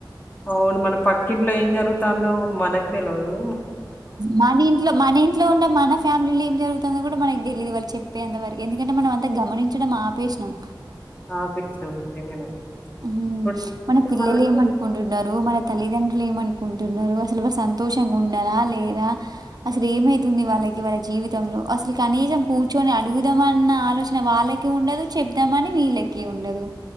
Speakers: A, on the left; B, on the right.
A: అవును మన పక్కింట్లో ఏం జరుగుతాందో మనకు తెల్వదు
B: మన ఇంట్లో మన ఇంట్లో ఉండే మన ఫ్యామిలీ జరుగుతాందో కూడా మనకి తెలీయదు వాళు చెప్పేంతవరకి ఎందుకంటే మనం అంతా గమనించడం ఆపేషినాం
A: ఆ పిల్చినం నిజంగానే
B: ఉం
A: ఇప్పుడు
B: మన పిల్లలేమనుకుంటున్నారు
A: వాళ్ళకు
B: మన తల్లి దండ్రులు ఏమనుకుంటున్నరు అసలు వా సంతోషంగున్నరా లేరా అసలు ఏమైతుంది వాళ్ళకి వాళ్ళ జీవితంలో అసలు కనీసం కూర్చొని అడుగుదామన్న ఆలోచన వాళ్ళకి ఉండదు చెప్దామని వీళ్ళకి ఉండదు